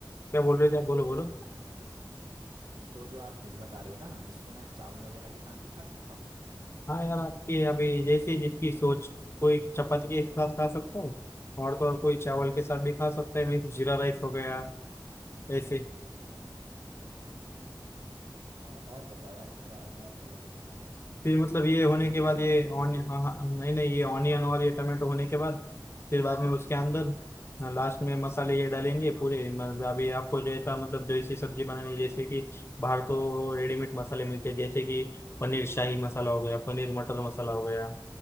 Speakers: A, on the left (about 30°); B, on the right (about 75°).
A: क्या बोल रहे थे आप? बोलो बोलो
B: तो जो आप डिश बता रहे हो ना इसको मैं चावल वगैरह के साथ भी खा सकता हूँ
A: हाँ यार आपकी अभी जैसे जिसकी सोच कोई चपाती के साथ खा सकता है और तो और कोई चावल के साथ भी खा सकता है मीन्स जीरा राइस हो गया ऐसे
B: अच्छा और और बताओ यार इसके बारे में और क्या कर सकता हूँ मैं इसमें
A: फिर मतलब ये होने
B: तुम्हें
A: के
B: कुछ
A: बाद
B: सीखनी
A: ये
B: है डिश
A: ऑन
B: वगैरह
A: हाँ हाँ नहीं नहीं ये ऑनियन और ये टमाटो होने के बाद फिर बाद में उसके अंदर
B: ठीक है
A: लास्ट में मसाले ये डालेंगे पूरे मतलब अभी आपको जैसा मतलब जैसी सब्जी बनानी है, जैसे कि बाहर तो रेडीमेड मसाले मिलते हैं जैसे कि पनीर शाही मसाला हो गया पनीर मटर मसाला हो गया